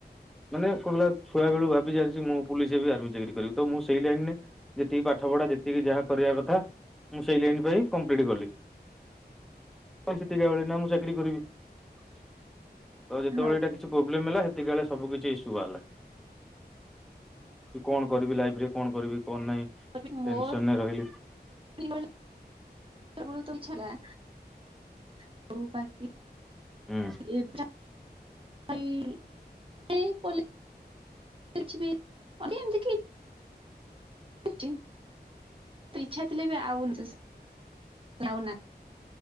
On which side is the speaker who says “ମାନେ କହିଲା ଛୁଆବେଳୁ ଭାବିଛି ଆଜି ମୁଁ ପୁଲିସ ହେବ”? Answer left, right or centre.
Centre